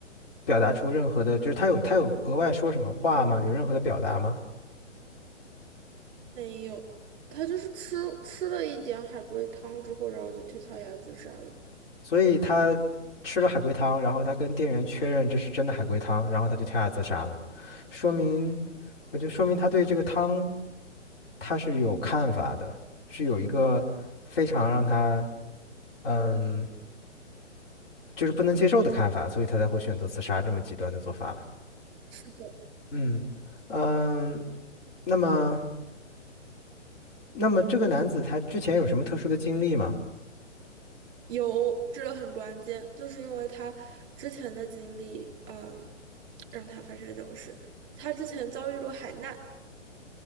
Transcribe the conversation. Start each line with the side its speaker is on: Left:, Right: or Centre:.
Left: 表达出任何的，就是他有他有额外说什么话吗？有任何的表达吗？
Right: 没有，他就是吃吃了一点海龟汤之后，然后就跳跳崖自杀了。
Left: 所以他吃了海龟汤，然后他跟店员确认这是真的海龟汤，然后他就跳崖自杀了，说明，我就说明他对这个汤他是有看法的，是有一个非常让他嗯就是不能接受的看法，所以他才会选择自杀这么极端的做法了。
Right: 是的，
Left: 嗯嗯，那么。那么这个男子他之前有什么特殊的经历吗？
Right: 有，这个很关键，就是因为他之前的经历，嗯，让他发生这种事。他之前遭遇过海难，